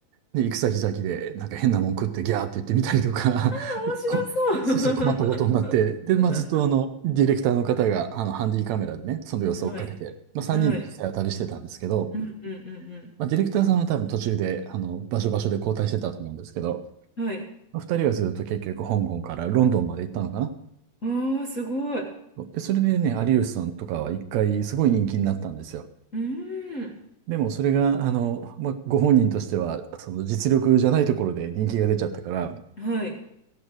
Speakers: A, on the right; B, on the left.
A: で、行く先々で、なんか変なもん食ってギャーって言ってみたりとか、
B: 面白そう。
A: <laughs> こそうそう困ったことになって、で、
B: <laughs>
A: まあ、ずっとあの、ディレクターの方が、あの、ハンディカメラでね、その様子を追っかけて、
B: はい。
A: まあ、3人で実際当たりしてたんですけど、
B: はい。うんうんうん
A: まあ、ディレクターさんは多分途中で、あの、場所場所で交代してたと思うんですけど、
B: うん。はい。
A: まあ、2人はずっと結局香港からロンドンまで行ったのかな。
B: ああ、すごい。う
A: で、それでね、有吉さんとかは一回すごい人気になったんですよ。
B: ーん。
A: でもそれが、あの、まあ、ご本人としては、その実力じゃないところで人気が出ちゃったから、って
B: はい。